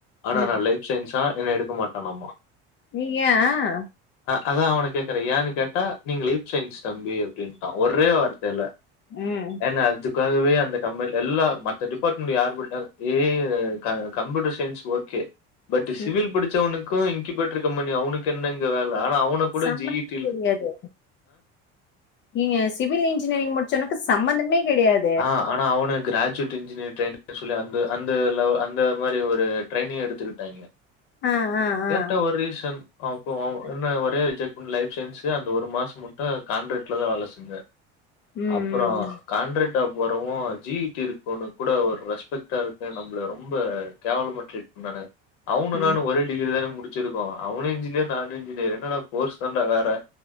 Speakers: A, on the left; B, on the left.
A: ஆனா
B: ம் ம்
A: நா லைப் சயின்ஸா என்ன எடுக்க மாட்டானாம்மா
B: நீங்க யான்
A: அதான் அவனை கேக்குறேன் யானு கேட் டா நீங்கள சின்ஸ் தம்பி அப்படின்னுட்டான் ஒரே வார்த்தை ல்ல
B: ம்
A: ஏன்னா அதுக் காகவே அந்த கம்பெனில எல்லா மத்த டிபார்ட்மெண்ட் யாரு கூடயா ஏய் கம்ப்யூட்டர் சயின்ஸ் ஓர்க்கு பட் சிவில்
B: ம்
A: படிச்சவனுக் கும் இன்குபேட்டர் கம்பெனி அவனுக்கு என்ன இங்க வேலை ஆனா அவனை கூட
B: சம்மந்தமே
A: ஜெயிட்டு இல்
B: கெடையாது நீங்க சிவில் இன்ஜினியரிங் முடிச்சவனுக்கு சம்பந்தமே கிடையாது
A: ஆஹ ஆனா அவுங் போண கிராஜுவேட் இன்ஜினியரி ட்ரைனின்னு சொல்லி அந்தலவ அந்த மாதிரி ஒரு ட்ரைனி் எடுத்துக்கிட்டாங்க
B: ஆ ஆ
A: கேட்டா
B: ஆ
A: ஒரு ரீசன் அப்பறம் என்ன ஒரே ஜமெ்லைப் சயின்ஸ்சு அந்த ஒரு மாசம் மட்டும் கான்ண்ட்ராக்ட்ல தான் வேலை செஞ்சேன்
B: ம்
A: அப்புறம்
B: ம் ம்
A: கான்ரட் டா போறவோ ஜீயிட்டு இருக்கவன்னு கூட ஒரு ரெஸ்பெக்டா இருக்க நம்மள ரொம்ப கேவலமா ட்ரீட் பண்ணானுங்க அவனும்
B: ம்
A: நானும் ஒரே டிகிரி தானே முடி டிச்சிருக்கோம் அவனு இன்ஜினியர் நானும் இன்ஜினியர் என்னடா கோர்ஸ் தாண்டா வேற